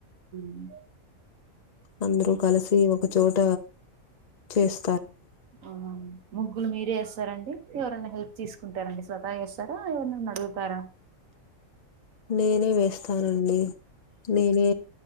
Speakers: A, on the right (about 75°); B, on the left (about 45°).
A: హ్మ్
B: అందరూ కలిసి ఒక చోట చేస్
A: ఆ ముగ్గులు మీరే యేస్తారండి ఎవరన్నా హెల్ప్ తీసుకుంటారండి స్వతాగేస్తారా ఎవరనన్న అడుగుతారా
B: నేనే వేస్తానండి నేనే